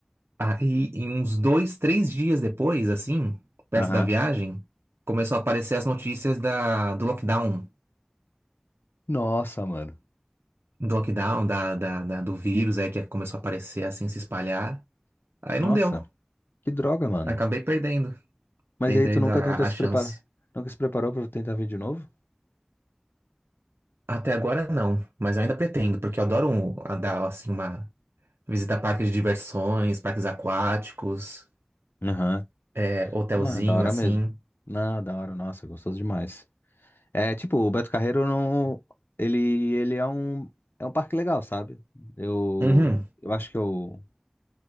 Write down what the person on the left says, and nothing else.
Aham.
Nossa, mano.
Nossa,
que droga, mano.
Mas
aí tu nunca
tentou se
preparar? Nunca se preparou pra tentar vir de novo?
Aham.
Não, é da hora
mesmo. Não, da hora, nossa, gostoso demais. É, tipo, o Beto Carreiro não. Ele, ele é um. É um parque legal, sabe? Eu.
Eu acho que é o